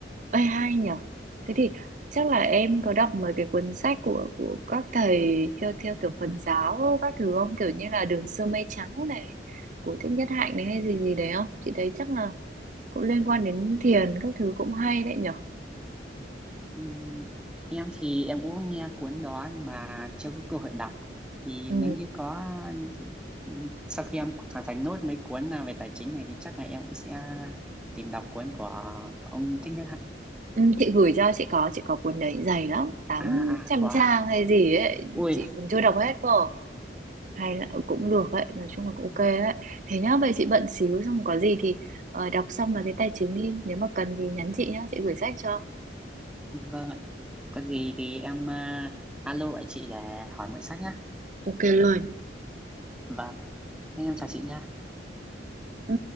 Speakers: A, on the right; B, in the centre.
A: ơi hay nhở thế thì chắc là em có đọc mấy cái cuốn sách của của các thầy theo theo kiểu Phật giáo các thứ không kiểu như là Đường Xưa Mây Trắng này của Thích Nhất Hạnh này hay gì gì đấy không chị thấy chắc là cũng liên quan đến thiền các thứ cũng hay đấy nhở
B: Ừm, em thì em cũng nghe cuốn đó nhưng mà chưa có cơ hội đọc thì
A: ừ
B: nếu như có ừm, sau khi em hoàn thành nốt mấy cuốn à, về tài chính này thì chắc là em cũng sẽ tìm đọc cuốn của ông Thích Nhất Hạnh
A: Ừ, chị gửi cho chị có chị có cuốn đấy dày lắm tám
B: à
A: trăm
B: à wow.
A: trang hay gì ấy
B: ui
A: chị còn chưa đọc hết cơ hay là ừ, cũng được ấy nói chung là cũng ok ấy thế nhá vậy chị bận xíu xong có gì thì ờ, đọc xong là cái tài chính đi nếu mà cần thì nhắn chị nhá chị gửi sách cho
B: Vâng ạ. Có gì thì em à, alo lại chị để hỏi mượn sách nhá.
A: Ok luôn.
B: Vâng, em chào chị nha.
A: ừ